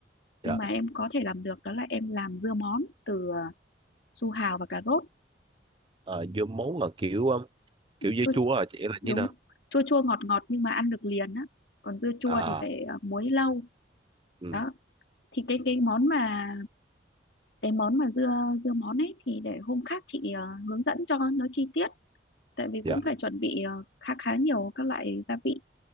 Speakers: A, on the left (about 65°); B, on the right (about 30°).
A: nhưng
B: dạ
A: mà em có thể làm được đó là em làm dưa món từ ờ, su hào và cà rốt
B: Ờ, dưa muống là kiểu um, kiểu dưa
A: chua
B: chua à chị là
A: đúng
B: như nào
A: chua chua ngọt ngọt nhưng mà ăn được liền á còn dưa chua
B: à
A: thì phải ờ, muối lâu
B: ừ
A: đó thì cái cái món mà cái món mà dưa dưa món ấy thì để hôm khác chị ờ, hướng dẫn cho nó chi tiết tại vì
B: dạ
A: cũng phải chuẩn bị ờ, khá khá nhiều các loại gia vị